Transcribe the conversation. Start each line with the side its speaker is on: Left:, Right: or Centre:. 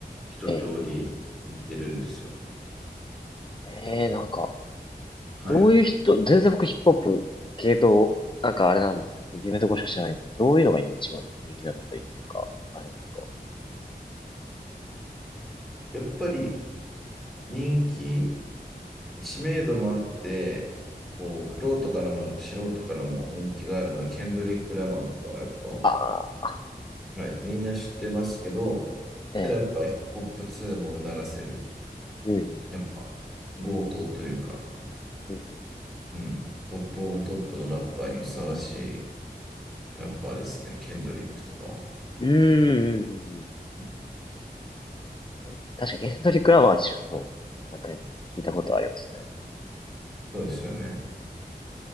Centre: 一通り聞いてるんですよ。
Left: え、え、えなんか、
Centre: はい。
Left: どういう人、全然僕ヒップホップ系統、なんかあれなんですけど、有名どころしか知らないんですけど、どういうのが今一番人気だったりっていうか、あれなんですか
Centre: やっぱり人気知名度もあって、こう、くろからも素人からも人気があるのは、ケンドリック・ラマーとかはやっぱ、
Left: ああ、
Centre: はい、みんな知ってますけど、
Left: ええ、
Centre: ただやっぱヒップホップ2もうならせる、
Left: うん、
Centre: やっぱ強盗というか、
Left: うん、
Centre: うん、トップオブトップのラッパーにふさわしいラッパーですね、ケンドリックとかは。
Left: うんうん、うん、うん、
Centre: うん、
Left: うん、確かに、ケンドリック・ラマー自分でも、なんか今聞いたことありますね。
Centre: そうですよね。